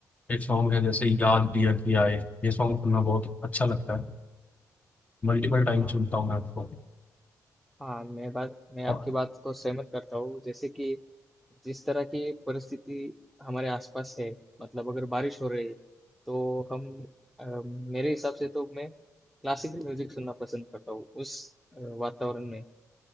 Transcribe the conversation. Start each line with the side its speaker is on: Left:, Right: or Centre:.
Left: एक सॉन्ग है जैसे याद दिया कि आए ये सॉन्ग सुनना बहुत अच्छा लगता है मल्टीपल टाइम
Centre: हाँ
Left: सुनता हूँ मैं आपको
Centre: हाँ मैं बात मैं आपकी
Left: और
Centre: बात को सहमत करता हूँ जैसे कि जिस तरह की परिस्थिति हमारे आसपास है मतलब अगर बारिश हो रही है तो हम अ, मेरे हिसाब से तो मैं क्लासिकल म्यूजिक सुनना पसंद करता हूँ उस अ, वातावरण में